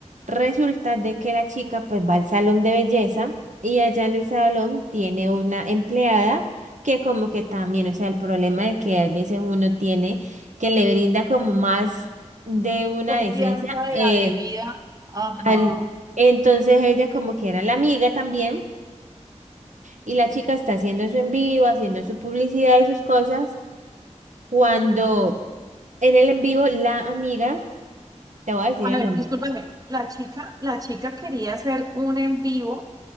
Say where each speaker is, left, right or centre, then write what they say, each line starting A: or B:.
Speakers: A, on the right (about 75°); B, on the right (about 30°).
A: Resulta de que la chica pues va al salón de belleza y allá en el salón tiene una empleada que como que también, o sea, el problema de que a veces uno tiene que le brinda como más de una
B: confianza
A: decencia
B: de
A: eh,
B: la debida, ajá.
A: al... Entonces ella como que era la amiga también y la chica está haciendo su en vivo, haciendo su publicidad y sus cosas, cuando en el en vivo la amiga, te voy a decir
B: A
A: el
B: ver,
A: nombre,
B: discúlpame, la chica, la chica quería hacer un en vivo